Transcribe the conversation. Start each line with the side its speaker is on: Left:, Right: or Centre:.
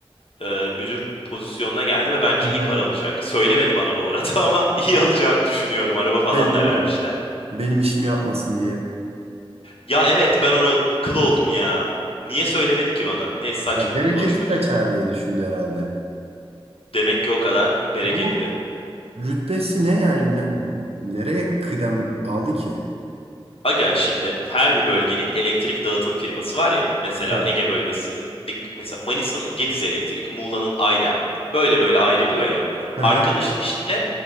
Left: Ee, müdür pozisyonuna geldi ve bence
Right: Aha.
Left: iyi para alacak. Söylemedi bana bu arada <laughs> ama iyi alacağını düşünüyorum. Araba falan
Right: Şey
Left: da
Right: değil
Left: vermişler.
Right: mi? Benim işimi yapmasın diye.
Left: Ya evet ben ona kıl oldum ya. Niye söylemedi ki bana? Neyse saçmalık
Right: Ya bereketi
Left: boş ver.
Right: kaçar diye düşündü herhalde.
Left: Demek ki o kadar bereketli.
Right: Bu rütbesi ne yani Ne- nereye kıdem aldı ki?
Left: Aga şimdi her bir bölgenin elektrik dağıtım firması var ya. Mesela
Right: Evet.
Left: Ege bölgesinin bir- mesela Manisa'nın Gediz Elektrik, Muğla'nın Aydem. Böyle böyle ayrılıyor ya.
Right: Hı hı.
Left: Arkadaşım işte